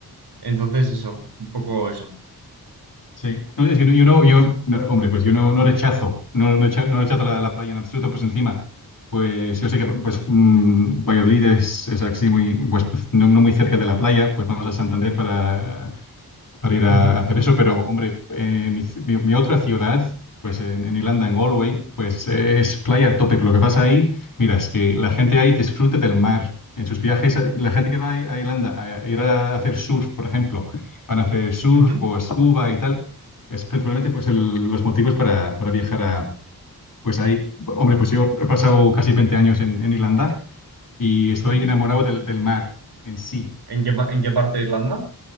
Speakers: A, on the right (about 80°); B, on the left (about 55°).
A: Entonces eso, un poco eso.
B: Sí, no, es que no- yo no, yo, no, hombre, pues yo no, no rechazo, no, no recha- no rechazo la, la playa en absoluto, pues encima, pues yo sé que pues mm, Valladolid es, es así muy, pues no, no muy cerca de la playa, pues vamos a Santander para para ir a
A: Ujú,
B: hacer eso, pero hombre, eh, mi, ci- mi- mi otra ciudad, pues en, en Irlanda, en Galway, pues eh, es playa a tope. Pero Lo que pasa ahí, mira, es que la gente ahí disfruta del mar. En sus viajes, eh, la gente que va a a Irlanda a ir a hacer surf, por ejemplo, van a hacer surf
A: ujú.
B: o scuba y tal, es principalmente pues el- los motivos para, para viajar a, pues ahí. Hombre, pues yo he pasado casi 20 años en, en Irlanda y estoy
A: ¿Mm?
B: enamorado del, del mar en sí.
A: ¿En qué, pa- en qué parte de Irlanda?